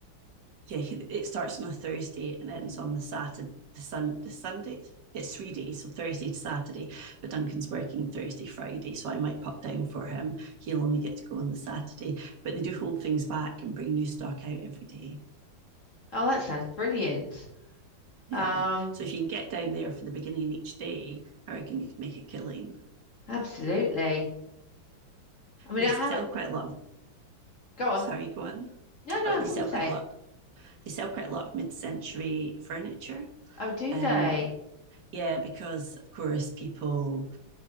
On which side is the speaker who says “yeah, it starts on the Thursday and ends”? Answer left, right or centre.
Right